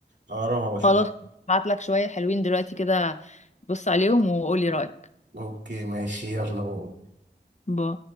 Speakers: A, on the right; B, on the left.
A: اقراها واشوفها
B: خلاص بعت لك شوية حلوين دلوقتي كده بص عليهم وقولي رأيك
A: اوكي ماشي يلا
B: باي